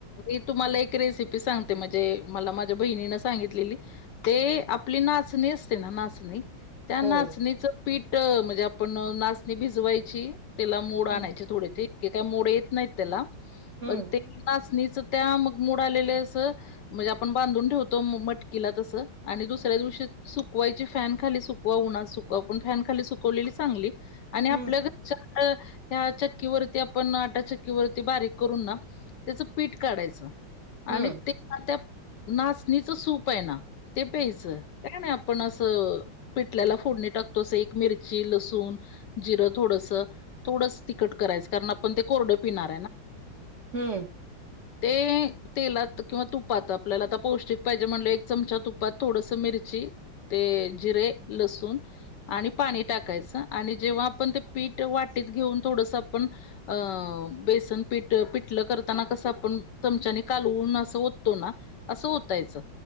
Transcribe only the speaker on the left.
मी तुम्हाला एक रेसिपी सांगते म्हणजे मला माझ्या बहिणीनं सांगितलेली. ते आपली नाचणी असते ना नाचणी. त्या नाचणीचं
पीठ म्हणजे आपण नाचणी भिजवायची. त्याला मोड आणायचे
थोडे ते इतके काय मोड येत नाहीत त्याला.
पण ते नाचणीच त्या मग मूड आलेले असं म्हणजे आपण बांधून ठेवतो मटकीला तसं आणि दुसऱ्या दिवशी सुकवायची फॅन खाली सुकवा, उन्हात सुकवा पण फॅन खाली सुकवलेली चांगली. आणि आपल्या
घरच्या ह्या चक्कीवरती आपण आटा चक्कीवरती बारीक करून ना त्याचं पिठं काढायचं
आणि ते त्या नाचणीचं सूप आहे ना ते प्यायचंय. ते का नाही आपण असं पिठल्याला फोडणी टाकतो तसं एक मिरची, लसूण जिरं थोडसं. थोडंच तिखट करायचं कारण आपण ते कोरडं पिणार आहे ना.
ते तेलात किंवा तुपात आपल्याला आता पौष्टिक पाहिजे म्हणलं, एक चमचा तुपात थोडस मिरची ते जिरे, लसूण आणि पाणी टाकायचं आणि जेव्हा आपण ते पीठ वाटीत घेऊन थोडसं आपण अ बेसन पिठ पिठलं करताना कसं आपण चमच्यानी कालवून असं ओततो ना असं ओतायचं.